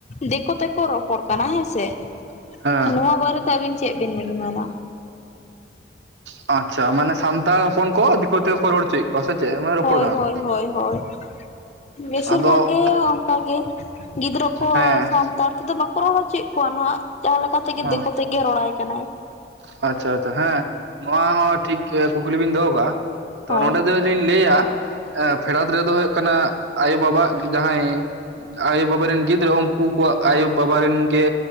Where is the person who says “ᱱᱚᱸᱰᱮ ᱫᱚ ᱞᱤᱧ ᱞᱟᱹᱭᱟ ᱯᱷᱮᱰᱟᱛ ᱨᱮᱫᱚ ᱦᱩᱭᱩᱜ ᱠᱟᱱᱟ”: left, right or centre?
Right